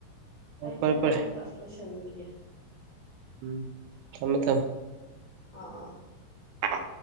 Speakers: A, on the right (about 80°); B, on the left (about 45°).
A: ꯍꯣꯏ
B: ꯑꯩ
A: ꯐꯔꯦ
B: ꯊꯕꯛ
A: ꯐꯔꯦ
B: ꯑꯝꯇ ꯂꯣꯏꯁꯤꯦ ꯆꯪꯒꯤꯌꯦ
A: ꯎꯝ ꯆꯃꯦ ꯊꯝ
B: ꯑꯥ ꯑꯥ
A: ꯑ